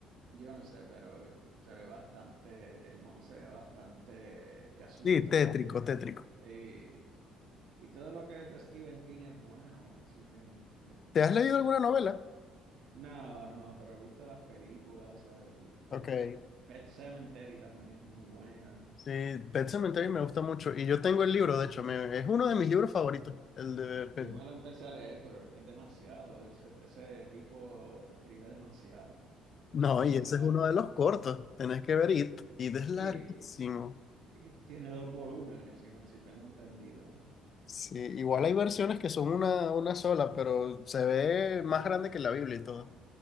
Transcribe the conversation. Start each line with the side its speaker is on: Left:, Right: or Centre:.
Right: Yo no sé, pero se ve bastante, el mono se ve bastante que asusta.
Left: Sí, tétrico,
Right: Y,
Left: tétrico.
Right: y- y todo lo que es de Stephen King es bueno, así que... el-
Left: ¿Te has leído alguna novela?
Right: No, no, pero he visto las películas, o sea, el,
Left: Ok.
Right: el Pet Pet Cemetery también es muy buena.
Left: Sí, Pet Sematary me gusta mucho y yo tengo el libro, de hecho, me- es uno de mis libros favoritos, el de Pet-
Right: Yo me lo empecé a leer, pero es que es demasiado, ese, ese tipo escribe demasiado. O
Left: No,
Right: sea,
Left: y
Right: mira,
Left: ese es uno de los cortos, tenés que ver It, It es larguísimo.
Right: sí, y tiene dos volúmenes, si, no, si tengo entendido, ¿no?
Left: Sí, igual hay versiones que son una, una sola, pero se ve más grande que la Biblia y todo.